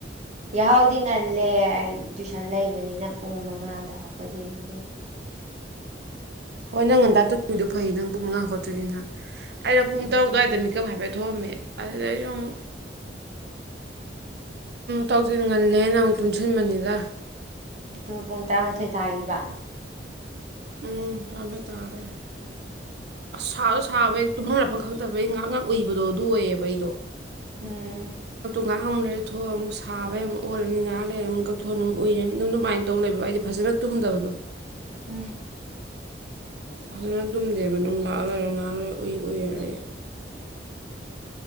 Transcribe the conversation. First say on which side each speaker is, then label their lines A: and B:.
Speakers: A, on the right (about 40°); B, on the right (about 60°).
A: ꯌꯥꯍꯥꯎꯗꯤ ꯉꯜꯂꯦ ꯑꯩ ꯇꯨꯏꯁꯟ ꯂꯩꯕꯅꯤꯅ ꯄꯨꯡ ꯃꯉꯥꯗ ꯍꯧꯒꯗꯤꯕꯤꯌꯨ
B: ꯍꯣꯏ ꯅꯪ ꯉꯟꯇꯥ ꯇꯣꯗꯨꯣ ꯐꯩ ꯅꯪ ꯄꯨꯡ ꯃꯉꯥ ꯈꯣꯠꯇꯣꯏꯁꯤꯅ ꯑꯩꯅ
A: ꯏꯕꯦꯝꯃ
B: ꯄꯨꯡ ꯇꯔꯨ ꯑꯗꯨꯋꯥꯏꯗ ꯃꯤꯀꯞ ꯍꯥꯏꯐꯦ ꯊꯣꯛꯣꯑꯝꯃꯦ ꯑꯗꯨꯗꯩꯗ ꯑꯃꯨꯛ ꯇꯧꯁꯤꯟꯒꯜꯂꯦ ꯅꯪ ꯇꯨꯡꯁꯤꯟꯕꯅꯤꯗ
A: ꯑꯗꯨ ꯄꯨꯡ ꯇꯔꯥꯃꯥꯊꯣꯏ ꯇꯥꯈꯤꯕ
B: ꯎꯝ ꯇꯥꯝꯃꯤ ꯊꯉꯒ ꯁꯥ ꯁꯥꯕ ꯇꯨꯝꯐꯝ ꯂꯥꯐꯝ ꯈꯪꯗꯕ ꯑꯩ ꯉꯍ ꯉꯍꯥꯛ ꯎꯏꯕꯗꯣ ꯑꯗꯨ ꯑꯣꯏꯌꯦꯕ ꯑꯩꯗꯣ
A: ꯎꯝ
B: ꯉꯥꯏꯍꯥꯡꯨꯛ ꯂꯩꯔꯦ ꯊꯣꯛꯑ ꯑꯃꯨꯛ ꯁꯥꯕ ꯑꯃꯨꯛ ꯑꯣꯜꯂꯅꯤ ꯉꯥꯏꯍꯥꯛ ꯂꯩꯔꯦ ꯑꯃꯨꯛ ꯀꯛꯊꯣꯛꯑꯅꯤ ꯑꯃꯨꯛ ꯎꯏꯔꯅꯤ ꯑꯗꯨꯝ ꯑꯗꯨꯃꯥꯏꯅ ꯇꯧ ꯂꯩꯕ ꯍꯥꯏꯗꯤ ꯐꯖꯅ ꯇꯨꯝꯗꯕꯗꯣ
A: ꯎꯝ
B: ꯐꯖꯅ ꯑꯗꯨꯨꯝꯗꯦꯕ ꯅꯨꯡ ꯉꯥꯛ ꯂꯣꯏꯔꯦ ꯉꯥꯥꯛ ꯂꯣꯏꯔ ꯎꯏ ꯎꯏꯔꯔꯦ